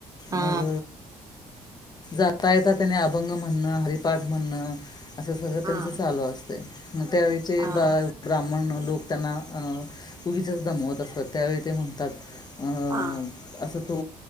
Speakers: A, on the right; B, on the left.
A: हा
B: मग आता येता त्याने अभंग म्हणणं हरिपाठ म्हणणं असे सगळं
A: हा
B: त्यांचे चालू असते. मग त्यावेळेचे
A: हा
B: बा ब्राह्मण लोक त्यांना पूवीीच्याच दमवत असतात. तर त्यावेळी ते म्हणतात अ
A: हा
B: असं तो